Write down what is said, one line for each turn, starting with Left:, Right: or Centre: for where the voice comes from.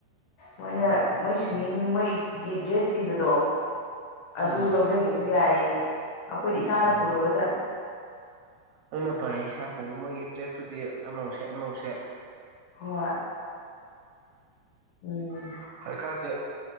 Left: ꯃꯣꯏꯅ
Right: ꯑꯣ
Left: ꯃꯣꯏ ꯁ꯭ꯋꯤꯃꯤꯡ ꯃꯣꯏꯒꯤ ꯗ꯭ꯔꯦꯁ ꯄꯤꯕꯗꯣ ꯑꯗꯨ
Right: ꯎꯝ
Left: ꯂꯧꯖꯒꯦꯁꯨ ꯌꯥꯏꯌꯦ ꯑꯩꯈꯣꯏꯗꯤ ꯏꯁꯥꯅ
Right: ꯑꯣ
Left: ꯄꯨꯔꯒ
Right: ꯍꯣ
Left: ꯆꯠꯂꯦ
Right: ꯑꯗꯨꯅ ꯐꯔꯦ ꯏꯁꯥꯝꯄ ꯃꯣꯏꯒꯤꯗ꯭ꯔꯦꯁ ꯑꯗꯨꯨꯗꯤ ꯑꯃꯧꯁꯦ ꯑꯃꯧꯁꯦ
Left: ꯍꯣꯏ ꯎꯝ
Right: ꯍꯥꯏꯖꯤꯀꯥꯟꯗꯦ